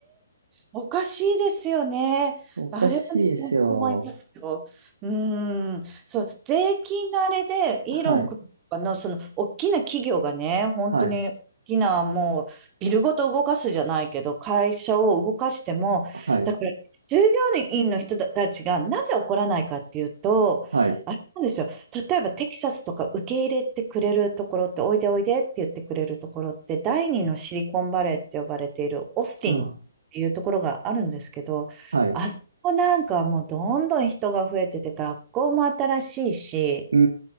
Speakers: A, on the right; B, on the right.
A: おかしいですよね。
B: おかしいですよ。
A: あれはね、本当思いますよ。うーん。そう、税金のあれで、イーロン君とかの、
B: はい、
A: その、大きな企業がね、本当に、
B: はい、
A: 大きな、もう、ビルごと動かすじゃないけど、会社を動かしても、
B: はい、
A: だから、従業員の人たちがなぜ怒らないかっていうと、
B: はい、
A: あれなんですよ。例えば、テキサスとか受け入れてくれるところって、おいでおいでって言ってくれるところって、第二のシリコンバレーって呼ばれているオースティンっていうところがあるんですけど、
B: あ、はい。
A: あそこなんかはもうどんどん人が増えてて、学校も新しいし、
B: うー